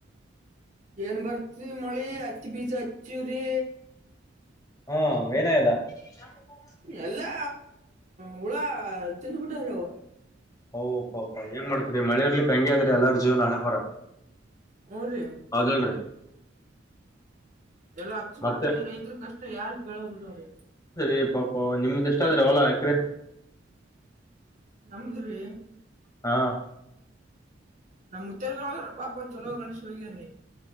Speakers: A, on the right; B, on the left.
A: ಏನ್ ಬರ್ತ್ ಮಳಿ ಹತ್ತಿ ಬೀಜ ಹಚ್ಚಿವ್ರಿ
B: ಹಾ ಮೈನಾಯದಾ ಹ <unintelligible>
A: ಎಲ್ಲಾ ಹುಳ ತಿಿಂದ್ ಬಿಿಟ್ಟವ್ರಿ ಅವ
B: ಅವು ಪಾಪ ಏನ್ ಮಾಡ್ತರಿ ಮಳಿ ಇರ್ಲಿ ಹಂಗಿದ್ರಿ ಎಲ್ಲರ ಜೀವ್ನ ಹಣೆ ಬರಹ
A: ಹ್ಞೂ ರೀ
B: ಹೌದಿಲ್ರಿ
A: ಎಲ್ಲ ಹಚ್ಚ ಮಾಡ್ರಿ
B: ಮತ್ತೆ
A: ರೈತರ ಕಷ್ಟ ಯಾರ ಕೇಳೋದಿಲ್ಲ ರೀ
B: ೀ ಪಾಪ ನಿಮ್ದ ಎಷ್ಟಾದ್ರೆ ಹೊಲಾ ಎಕ್ರ
A: ನಮ್ದ್ರೀ
B: ಹಾ
A: ನಮ್ ಉತ್ತೇರ್ ಕ ಪಾಪ ಚಲೋ ಗಂಡುಸ್ರು ಹೋಗ್ಯಾರೀ